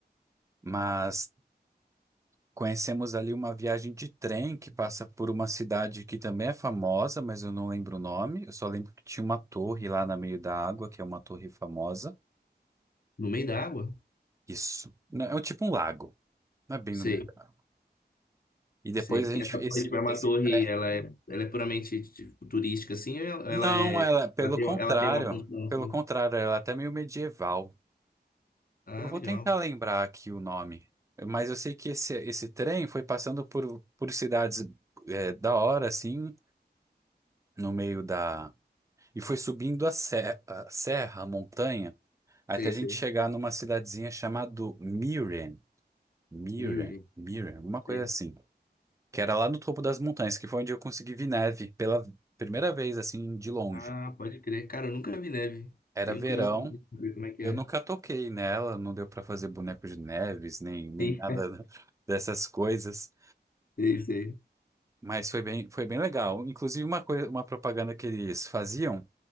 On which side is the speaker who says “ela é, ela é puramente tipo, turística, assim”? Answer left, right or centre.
Left